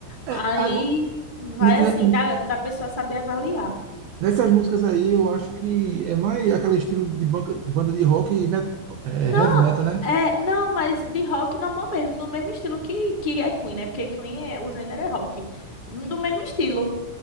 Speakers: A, on the left; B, on the right.
A: Aí
B: É, agora,
A: vai
B: ne-
A: assim,
B: ne-
A: da, da pessoa saber avaliar.
B: nessas músicas aí eu acho que é mais aquele estilo de banca- banda de rock e met- é,
A: Não,
B: heavy metal, né?
A: é, não, mas de rock normal mesmo, do mesmo estilo que, que é Queen, né? Porque Queen é, o gênero é rock. Do mesmo estilo.